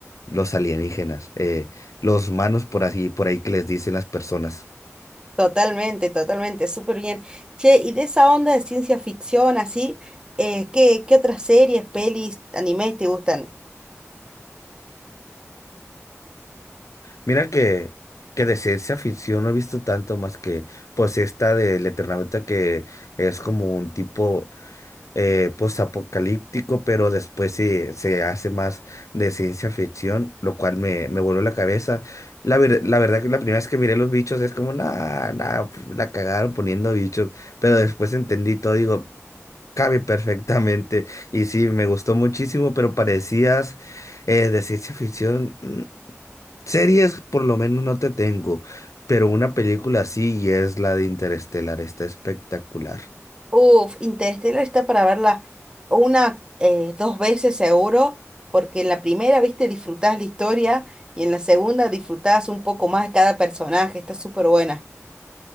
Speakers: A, on the left; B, on the right.
A: los alienígenas, eh, los manos por así, por ahí que les dicen las personas.
B: Totalmente, totalmente, súper bien. Che, y de esa onda de ciencia ficción así, eh, ¿qué, qué otras series, pelis, animes te gustan?
A: Mira que, que de ciencia ficción no he visto tanto más que pues esta del Eternauta que es como un tipo eh, postapocalíptico, pero después se, se hace más de ciencia ficción, lo cual me, me voló la cabeza. La, ver- la verdad que la primera vez que miré los bichos es como, nah, nah, pf, la cagaron poniendo bichos, pero después entendí todo, digo, cabe perfectamente. Y sí, me gustó muchísimo, pero parecías eh, de ciencia ficción. mm, Series por lo menos no te tengo, pero una película sí y es la de Interestelar, está espectacular.
B: Uf, Interestelar está para verla una, eh, dos veces seguro, porque en la primera, viste, disfrutás la historia y en la segunda disfrutás un poco más cada personaje. Está súper buena.